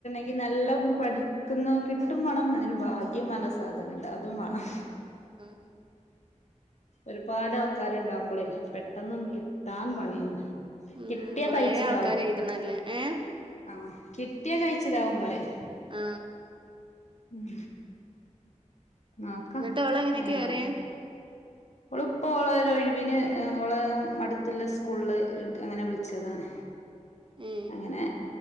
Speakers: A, on the left; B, on the right.
A: എ ൻക്ക്യനല്ല പഠിക്കുന്നുകിട്ടും മണം അതിന് ഭാഗ്യം പറ്ന്ന സാധനം ഉണ്ട് അതും മാണം
B: ആഹ്
A: ഒരുപാട് ആൾക്കാര് ഇണ്ടാവുമ്പളേ പെട്ടെന്നൊന്ന് കിട്ടാൻ പണിയാണ്.
B: ഉം
A: കിട്ടിയാ
B: കൊറെ
A: കഴിച്ചിലാവും
B: ആൾക്കാര് എഴുതണല്ലേ ഏ.
A: ആഹ് കിട്ടിയാ കഴിച്ചിലാവും പറയാ
B: ആ.
A: ഉം നോക്കാ
B: എന്നിട്ട് ഓളെങ്ങനെ
A: ഏഹ്
B: കേറിയേ
A: ഓളിപ്പ ഓള ഒരു ഒഴിവിന് അവള് അടുത്തിള്ള സ്കൂളില് അങ്ങനെ വിളിച്ചതാണ്.
B: ഏ
A: അങ്ങനെ